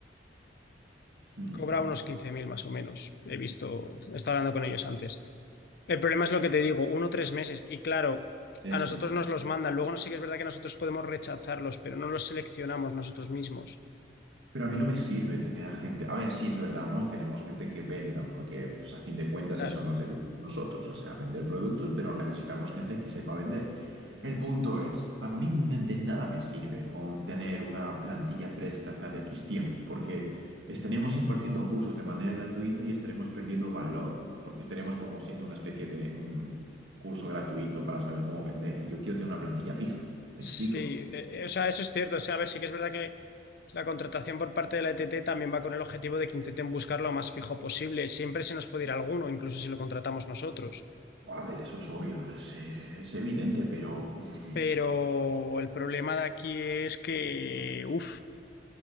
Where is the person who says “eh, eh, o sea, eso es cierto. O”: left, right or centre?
Left